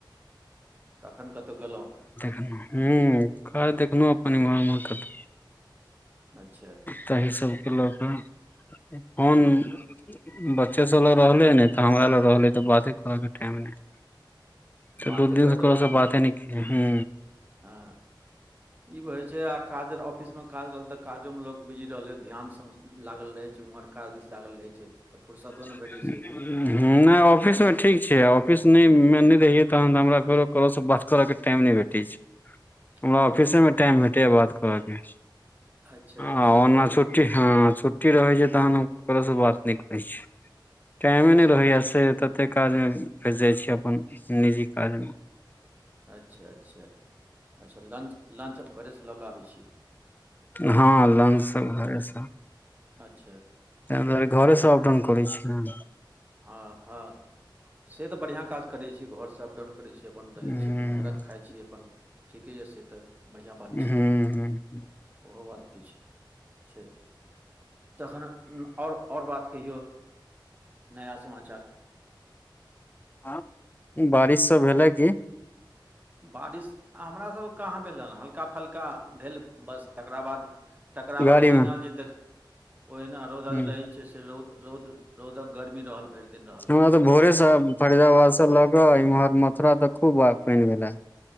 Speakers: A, on the right (about 20°); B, on the left (about 20°).
A: तखन कतहु गेलहुँ
B: <unintelligible> हँ काज देखलहु अपन इम्हर उम्हर कत
A: अच्छा
B: तहि सबके लऽ कऽ फोन बच्चे सब लए रहले ने तऽ हमरा लग रहलै तऽ बाते करै के टाइम नय त
A: बाते
B: दू दिन
A: करैत
B: से
A: रहलहुँ
B: को स
A: हँ
B: बाते नय केलिय हँ
A: हँ ई बे छै आ काज ऑफिस में काज रहल तऽ काजों में लोक बिजी रहले ध्यान स लागल रहै छै उम्हर काज दिस लागल रहै छै तऽ फुर्सतो
B: <inaudible>
A: नहि भेटै
B: हँ
A: छै
B: नय ऑफिसमे ठीक छै ऑफिस नय में नय रहियै तहन तऽ हमरा फेरो ककरो स बात करऽ के टाइम नइ भेटै छै
A: ह
B: हमरा ऑफिसे मे टाइम भेटैय बात करऽ के
A: अच्छा ऑफिसेमे
B: आ ओना
A: भेटैए
B: छुट्टी हँ छुट्टी रहे छै तहन हम करोसँ बात नय करै छी टाइमे
A: अच्छा
B: नै रहय
A: अच्छा
B: यै से तते काज मे भिर जाय छी अपन निजी काज मे।
A: अच्छा-अच्छा-अच्छा लंच-लंच घरे से लऽ कऽ आबय छी।
B: हां लन्च सब घरे से
A: अच्छा।
B: तै दुआरे
A: अच्छा
B: घरे से अप-डाउन करय छी हम।
A: हां-हां। से तै बढ़िया काज करय छीयै, घर से अप-डाउन करय छीयै, अपन रहय
B: ह
A: छीयै, अपन घरक खाय छीयै अपन। ठीके यै से तै बढ़िया बात छियै।
B: ह
A: उहो बात किछ छै तखन उम्म और-और बात कहियौ? नया समाचार?
B: हां बारिश सब भेलय की?
A: बारिश, अ हमरा सबके कहाँ भेल हेन हल्का फल् का भेल बस तकरा बाद तकरा
B: गाड़ी
A: बाद ओहना जे देख ओहना रौदा
B: मे
A: जे रहय छै से रौद-रौद रौदक गर्मी रहल भैर दिन रहल
B: हमरा
A: बस
B: तै भोरे से फरीदाबाद से ल क इम्हर मथुरा तक खूब आय पैन भेल ऐ।